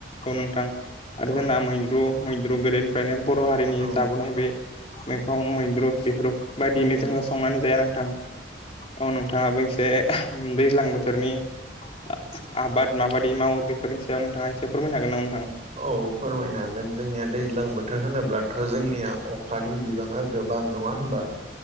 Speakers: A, on the left; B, on the right.
A: औ नोंथां आरो
B: औ
A: जोंना मैद्रु मैद्रु गोदोनिफ्रायनो बर' हारिनि
B: औ
A: जाबोनाय बे मैगं मैद्रु बेफोर बायदियैनो
B: औ
A: जोङो संनानै जायो आरो नोंथां। औ नोंथाङाबो एसे दैज्लां बोथोरनि आ-आबाद मा बादि मावो बेफोरनि सायाव नोंथाङा एसे फोरमायनो हागोन नामा? नोंथां
B: औ फोरमायनो हागोन जोंनिया दैज्लां बोथोर होनोब्ला थ' जोंनिया अखानि बिबाङा गोबां नङा होमबा?